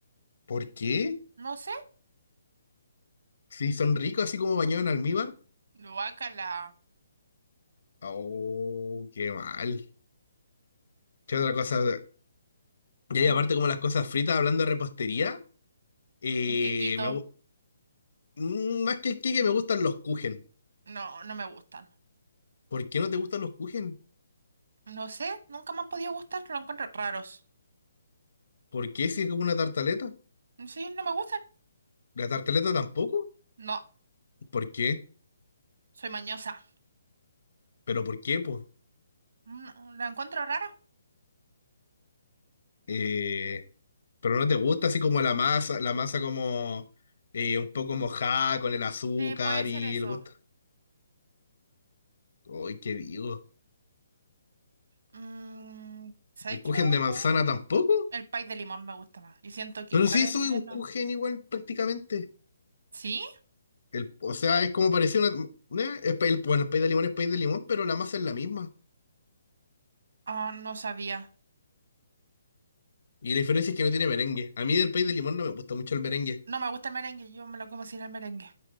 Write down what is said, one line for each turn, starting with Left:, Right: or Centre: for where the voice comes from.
Left: ¿Por qué?
Right: No sé.
Left: Si son ricos así como bañados en almíbar.
Right: Guácala.
Left: Oh, qué mal. ¿Qué
Right: Mm,
Left: otra cosa? Y
Right: en
Left: ahí aparte como las cosas fritas, hablando de repostería, eh,
Right: un quequito.
Left: me gu- mm, más que el que me gustan los kuchen.
Right: No, no me gustan.
Left: ¿Por qué no te gustan los kuchen?
Right: No sé. Nunca me han podido gustar. Lo encuentro raros.
Left: ¿Por qué si es como una tartaleta?
Right: Sí, no me gustan.
Left: ¿La tartaleta tampoco?
Right: No,
Left: ¿Por qué?
Right: soy mañosa.
Left: ¿Pero por qué, pues?
Right: Mm, ¿La encuentro rara?
Left: Eh, pero no te gusta así como la masa, la masa como eh, un poco mojada con el azúcar
Right: Sí, puede ser
Left: y
Right: eso.
Left: el gusto. Uy, ¿qué digo?
Right: Mm, ¿sabéis
Left: ¿El
Right: qué
Left: kuchen
Right: me gusta
Left: de manzana
Right: más?
Left: tampoco?
Right: El pie de limón me gusta más. Y siento que
Left: Pero
Right: igual
Left: sí,
Right: en
Left: soy
Right: invierno.
Left: un kuchen igual prácticamente.
Right: ¿Sí?
Left: El, o sea, es como parecía una. una- es pa- el- bueno, el país de limón es país de limón, pero la masa es la misma.
Right: Ah, no sabía.
Left: Y la diferencia es que no tiene merengue. A mí del país de limón no me gusta mucho el merengue.
Right: No me gusta el merengue, yo me lo como sin el merengue.